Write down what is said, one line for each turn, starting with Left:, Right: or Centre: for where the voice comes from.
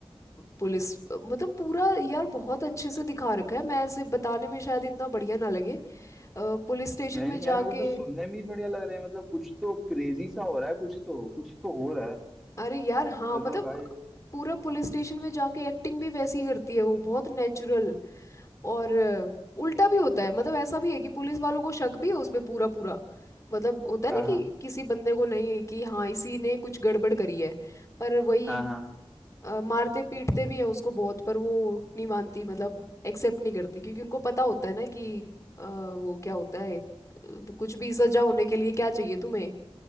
Left: पुलिस मतलब पूरा यार बहुत अच्छे से दिखा रखा है मैं ऐसे बताने में शायद इतना बढ़िया ना लगे अ, पुलिस स्टेशन
Centre: नहीं
Left: में
Centre: नहीं
Left: जाके
Centre: यार मेरे को तो सुनने में ही बढ़िया लग रहा है मतलब कुछ तो क्रेजी सा हो रहा है कुछ तो कुछ तो हो रहा है
Left: अरे यार हाँ
Centre: मतलब
Left: मतलब
Centre: भाई
Left: पूरा पुलिस स्टेशन में जाके एक्टिंग भी वैसी ही करती है वो बहुत नेचुरल और अ, उल्टा भी होता है मतलब ऐसा भी है कि पुलिस वालों को शक भी है उस पे पूरा पूरा मतलब होता है
Centre: हाँ
Left: ना
Centre: हाँ
Left: कि किसी बंदे को नहीं कि हाँ इसी ने कुछ गड़बड़ करी है पर वही
Centre: हाँ हाँ हाँ
Left: अ, मारते पीटते भी हैं उसको बहुत पर वो नहीं मानती मतलब एक्सेप्ट नहीं करती क्योंकि उनको पता होता है ना कि अ, वो क्या होता है अ, कुछ भी सजा होने के लिए क्या चाहिए तुम्हें